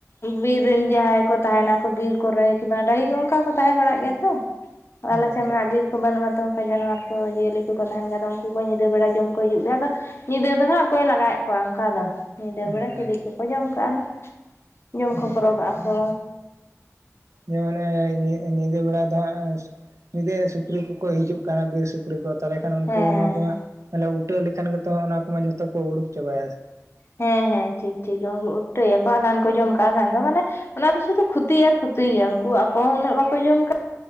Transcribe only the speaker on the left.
ᱵᱤᱨ ᱨᱮᱱ ᱡᱟᱦᱟᱸᱭ ᱠᱚ ᱛᱟᱦᱮᱱᱟᱠᱚ ᱵᱤᱨ ᱠᱚᱨᱮ ᱠᱤ ᱵᱟᱝ ᱰᱟᱹᱦᱤ ᱚᱱᱠᱟ ᱠᱚ ᱛᱟᱦᱮᱸ ᱵᱟᱲᱟᱜ ᱜᱮᱭᱟ ᱛᱚ ᱟᱞᱮ ᱥᱮᱫ
ᱢᱟ ᱱᱟᱦᱟᱜ ᱵᱤᱨ ᱠᱚ ᱵᱟᱹᱱᱩᱜ ᱟ ᱛᱚ ᱚᱱᱠᱟ ᱡᱟᱱᱣᱟᱨ ᱠᱚ ᱡᱤᱭᱟᱹᱞᱤ ᱠᱚ ᱩᱱ ᱠᱚ ᱛᱟᱦᱮᱱ ᱜᱮ ᱟᱫᱚ ᱩᱱᱠᱩ ᱠᱚ ᱧᱤᱫᱟᱹ ᱵᱮᱲᱟ ᱡᱚᱢ ᱠᱚ ᱦᱤᱡᱩᱜ ᱜᱮᱭᱟ ᱟᱫᱚ ᱧᱤᱫᱟᱹ ᱫᱚ ᱦᱟᱜ ᱚᱠᱚᱭᱮ ᱞᱟᱜᱟᱭᱮᱫ ᱠᱚᱣᱟ ᱚᱱᱠᱟ ᱫᱚ ᱧᱤᱫᱟᱹ
ᱵᱮᱲᱟ ᱪᱤᱞᱤ
ᱠᱚᱠᱚ ᱡᱚᱢ ᱠᱟᱜᱼᱟ ᱱᱟᱦᱟᱜ ᱡᱚᱢ ᱠᱷᱚᱠᱨᱚ
ᱠᱟᱜ-ᱟ ᱠᱚ
ᱦᱮᱸ
ᱦᱮᱸ ᱦᱮᱸ ᱴᱷᱤᱠ ᱴᱷᱤᱠ ᱩᱱᱠᱩ ᱩᱴᱟᱹᱭᱟᱠᱚ ᱟᱫᱟᱱ ᱠᱚ ᱡᱚᱢ ᱠᱟᱜᱼᱟ ᱠᱷᱟᱱ ᱫᱚ ᱢᱟᱱᱮ ᱚᱱᱟ ᱫᱚ ᱥᱩᱫᱷᱩ ᱠᱷᱚᱛᱤ ᱟᱨ ᱠᱷᱩᱼᱼᱼ ᱩᱛᱩᱭ ᱜᱮᱭᱟ ᱩᱝᱠᱩ ᱟᱠᱚ ᱦᱚᱸ ᱩᱱᱟᱹᱜ ᱵᱟᱠᱚ ᱡᱚᱢ ᱠᱟᱫ,